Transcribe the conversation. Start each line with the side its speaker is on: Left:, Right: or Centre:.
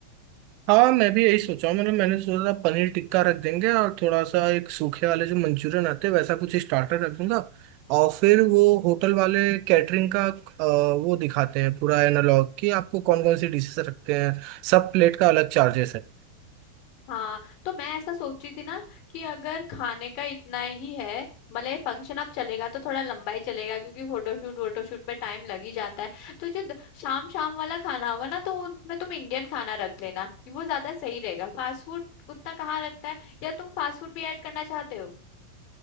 Right: हाँ मैं भी यही सोचा हूँ मतलब मैंने सोचा था पनीर टिक्का रख देंगे और थोड़ा सा एक सूखे वाले जो मंचूरियन आते हैं वैसा कुछ स्टार्टर रख दूंगा और फिर वो होटल वाले कैटरिंग का अ, वो दिखाते हैं पूरा एनालॉग कि आपको कौन कौन सी डिशेस रखते हैं सब प्लेट का अलग चार्जेस है
Left: हाँ तो मैं ऐसा सोची थी ना कि अगर खाने का इतना ही है मतलब ये फंक्शन अब चलेगा तो थोड़ा लंबा ही चलेगा क्योंकि फोटोशूट वोटोशूट में टाइम लग ही जाता है तो जो द- शाम शाम वाला खाना होगा ना तो उनमें तुम इंडियन खाना रख लेना वो ज्यादा सही रहेगा फास्ट फूड उतना कहाँ रखता है या तुम फास्ट फूड भी ऐड करना चाहते हो